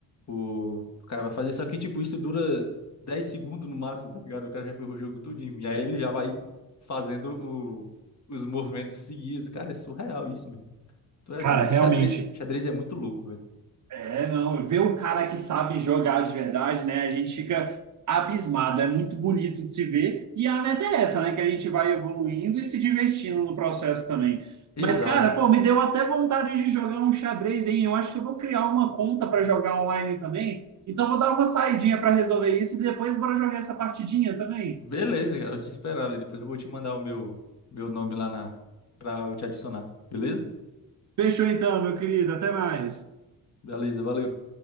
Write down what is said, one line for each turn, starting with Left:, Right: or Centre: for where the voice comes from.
Left: o, o cara vai fazer. Só que, tipo, isso dura 10 segundos no máximo, tá ligado? O cara já fez o jogo todinho. E aí ele já vai fazendo o, os movimentos seguidos. Cara, é surreal isso, mano. Tu é
Right: Cara,
Left: doido.
Right: realmente,
Left: Xadrez, xadrez é muito louco, velho.
Right: É, não, ver um cara que sabe jogar de verdade, né? A gente fica abismado, é muito bonito de se ver. E a meta é essa, né? Que a gente vai evoluindo e se divertindo no processo também.
Left: Exato,
Right: Mas, cara, pô,
Left: cara.
Right: me deu até vontade de jogar um xadrez, hein? Eu acho que eu vou criar uma conta para jogar online também. Então, vou dar uma saidinha para resolver isso e depois bora jogar essa partidinha também.
Left: Beleza, cara. Eu te esperar ali. Depois eu vou te mandar o meu, meu nome lá na, pra eu te adicionar. Beleza?
Right: Fechou então, meu querido. Até mais.
Left: Beleza, valeu.